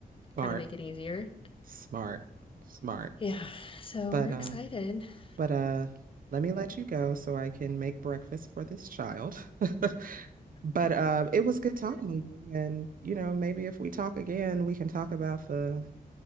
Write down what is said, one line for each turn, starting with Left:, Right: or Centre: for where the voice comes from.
Right: Smart,
Left: kind of make it easier.
Right: smart, smart.
Left: Yeah, so
Right: But
Left: we're
Right: uh,
Left: excited. <laughs>
Right: But uh, let me let you go so I can make breakfast for this child. <laughs> But um, it was good talking to you. And, you know, maybe if we talk again, we can talk about the